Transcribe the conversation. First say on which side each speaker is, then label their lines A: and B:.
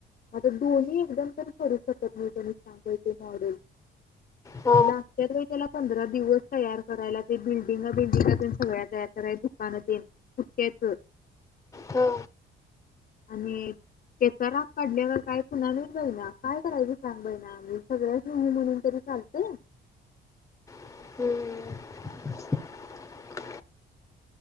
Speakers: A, on the left (about 45°); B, on the left (about 15°).
A: आता दोन्ही एकदम तर करू शकत नाही कुणी सांगा बाई मॉडेल
B: हा
A: लागत्यात बाई त्याला पंधरा दिवस तयार करायला ते बिल्डिंगा बिल्डिंगा तेन सगळ्या तयार कराय दुकान तेन पुठ्ठ्याच
B: हो
A: आणि त्याचा राग काढल्या का काय कुन्हा माहित बईना काय करायच सांग बईना आम्ही सगळ्याच हु म्हणून तरी चालतय
B: हम्म